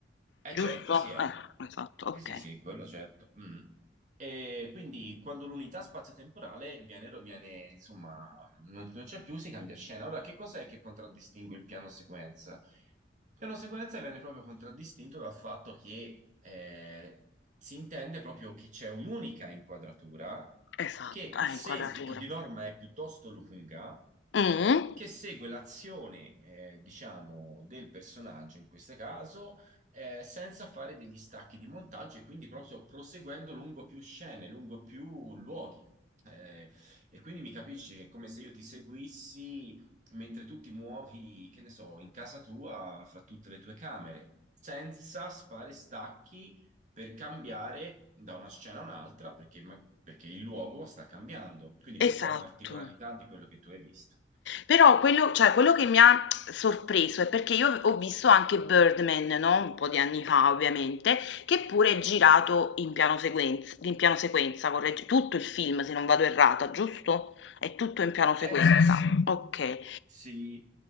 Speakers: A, on the right (about 40°); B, on the left (about 80°).
A: Eh
B: giusto?
A: certo, sì, eh.
B: Eh, esatto, ok,
A: Sì, sì, sì, quello certo. Mm. E quindi quando l'unità spazio-temporale viene, viene, insomma, non, non c'è più, si cambia scena. Ora, che cos'è che contraddistingue il piano sequenza? Il piano sequenza viene proprio contraddistinto dal fatto che eh, si intende proprio che c'è un'unica inquadratura
B: esatto,
A: che,
B: ah,
A: segue-
B: inquadratura.
A: che di norma è piuttosto lunga,
B: Mh,
A: che segue l'azione, eh, diciamo, del personaggio in questo caso eh, senza fare degli stacchi di montaggio e quindi proprio proseguendo lungo più scene, lungo più luoghi. Eh, e quindi mi capisci che è come se io ti seguissi mentre tu ti muovi, che ne so, in casa tua, fra tutte le tue camere, senza fare stacchi per cambiare da una scena a un'altra, perché, ma- perché il luogo sta cambiando. Quindi questa
B: esatto.
A: è la particolarità di quello che tu hai visto.
B: Però quello, cioè, quello che mi ha sorpreso è perché io ho visto anche Birdman, no? Un po' di anni fa, ovviamente, che pure è girato in piano sequenza, in piano sequenza, corregge, tutto il film, se non vado errata, giusto? È tutto in piano sequenza.
A: Eh sì,
B: Ok.
A: sì,